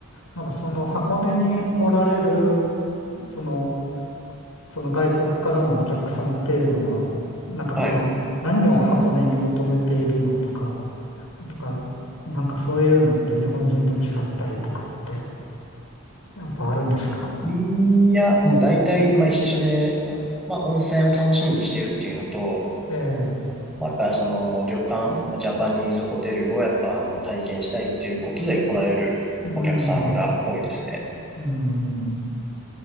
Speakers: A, on the left (about 85°); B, in the centre.
A: なんかその箱根に来られる、その、その外国からのお客さんっていうのは、なんかその何を箱根に求めているのとか、
B: はい。
A: とか、なんかそういうのって日本人と違ったりとかってやっぱあるんですか
B: いや、もう大体、まあ一緒で、まあ温泉を楽しみにしてるっていうのと、
A: ええ、
B: まあやっぱりその旅館、もうジャパニーズホテルをやっぱあの体験したいっていうことで来られるお客さんが多いですね。
A: うん、うん、